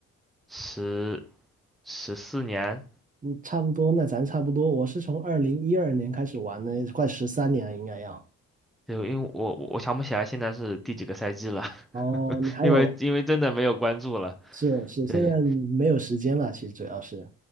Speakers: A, in the centre; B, on the right.
A: 十十四年。
B: 嗯，差不多，那咱差不多。我是从二零一二年开始玩的，快十三年了，应该要。
A: 对，因为我我我想不起来现在是第几个赛季了，
B: 哦，
A: <laughs>
B: 你还有
A: 因为因为真的没有关注了。
B: 是是，
A: 对。
B: 现在没有时间了，其实主要是，